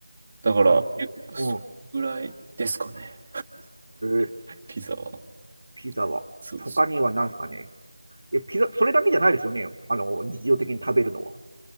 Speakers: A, on the right; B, on the right.
A: なるほど。
B: だから、結構それぐらいですかね。
A: うん。ええ
B: <laughs> ピザは。
A: ピザは。
B: そうそう。
A: 他には何ですかね。え、ピザ、それだけじゃないですよね。あの、日常的に食べるのは。